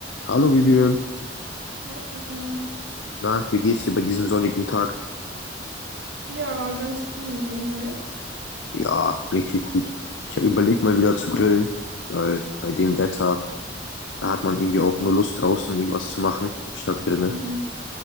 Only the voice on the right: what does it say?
Hi Sascha.
Ja, ganz gut. Und selbst?
Mhm.